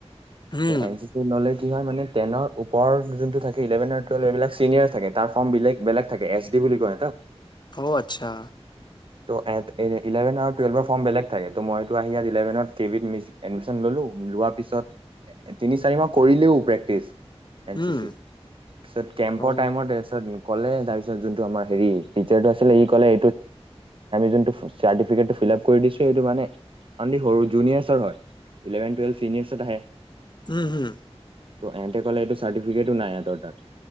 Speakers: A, on the left; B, on the right.
A: উম
B: এন চি চি নলেজ কি হয় মানে টেনৰ ওৰ যোনটো থাকে ইলেভেন টুৱেলভ এইবিলাক চিনিয়ৰ থাকে তাৰ ফৰ্ম বেগ বেলেগ থাকে এছ বুলি কয় ত
A: অ' আচ্ছা।
B: ইলেভেন আৰু টুৱেলভৰ ফৰ্ম বেলেগ থাকে টো মই টো‌ আহি ইলেভেনত কে বিত এদমিচন ললো লোৱা পিছত তিনি চাৰি মাহ কৰিলো ও প্ৰেকটিছ। এনচিচিত
A: উম
B: পিছত কেম্পৰ
A: অ
B: টাইমত‌ কলে তাৰ পিছত যোন ত আমাৰ হেৰি তিচাৰ টো আছিলে সি ক'লে যোনটো চাৰ্টিফিকেট টো ফিলাব কৰি দিছো সেইটো কাৰণে অনলি সৰু জুনিয়ছৰ হয় ইলেভেন টুৱেল চিনিযেছত আহে।
A: উম হম।
B: ত <unintelligible> ক'লে চাৰ্টিফিক নাই সিহঁতৰ তাত